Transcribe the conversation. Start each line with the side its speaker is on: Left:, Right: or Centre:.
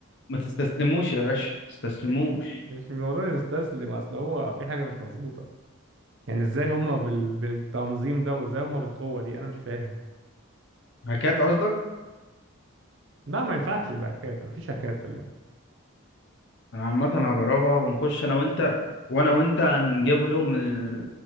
Left: ما تستسلموش يا باشا ما تستسلموش
Right: مش الموضوع يستسلم اصل هو في حاجة مش مظبوطة يعني ازاي هما بال... بالتنظيم ده وازاي هما بالقوة دي انا مش فاهم
Left: هكات قصدك
Right: لا ما ينفعش يبقى هكات مفيش هكات في اللعبة
Left: انا عامة هجربها ونخش انا وانت وانا وانت هنجيب لهم ال...